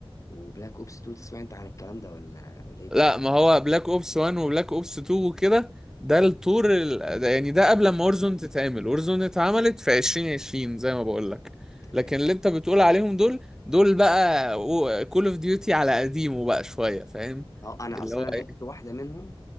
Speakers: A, on the left; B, in the centre.
A: وبلاك اوبس 2 تسمع انت عن الكلام ده ولا ولا ايه الدنيا؟
B: لا ما هو بلاك اوبس 1 وبلاك اوبس 2 وكده ده الطور ال... ده يعني ده قبل ما اورزون تتعمل اورزون اتعملت في 2020 زي ما بقول لك
A: تمام
B: لكن اللي انت بتقول عليهم دول دول بقى كول اوف ديوتي على قديمه بقى شوية فاهم
A: اه انا
B: اللي
A: اصلا
B: هو ايه
A: لعبت واحده منهم